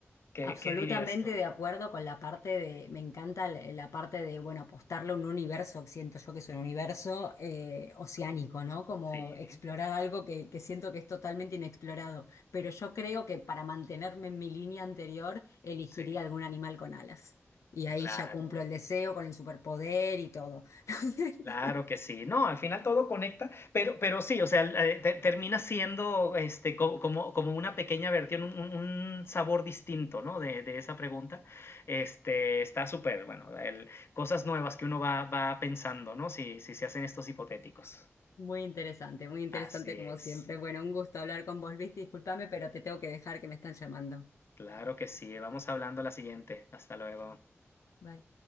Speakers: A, on the left; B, on the left.
A: qué,
B: Absolutamente
A: qué dirías tú?
B: de acuerdo con la parte de, me encanta la la parte de, bueno, apostarle a un universo, que siento yo que es un universo eh, oceánico, ¿no? Como
A: Sí,
B: explorar algo que, que siento que es totalmente inexplorado. Pero yo creo que para mantenerme en mi línea anterior, elegiría
A: sí,
B: algún animal con alas. Y ahí
A: claro.
B: ya cumplo el deseo con el superpoder y todo. <laughs>
A: Claro que sí, no, al final todo conecta, pero, pero sí, o sea, eh, te- termina siendo este, co- como, como una pequeña versión, un, un- un sabor distinto, ¿no? De, de esa pregunta. Este, está súper, bueno, el- cosas nuevas que uno va, va pensando, ¿no? Si, si se hacen estos hipotéticos.
B: Muy interesante, muy interesante
A: Así
B: como
A: es,
B: siempre. Bueno, un gusto hablar con vos, Luis. Disculpame, pero te tengo que dejar que me están llamando.
A: claro que sí, vamos hablando a la siguiente. Hasta luego.
B: Bye.